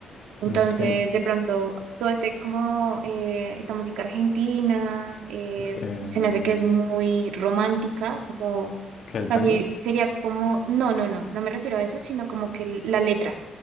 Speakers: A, on the right; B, on the left.
A: Entonces,
B: Ok.
A: de pronto, todo este como eh, esta música argentina eh,
B: Eh,
A: se me hace que es muy romántica, como
B: ¿qué el
A: casi
B: tango?
A: sería como, no, no, no, no me refiero a eso, sino como que la letra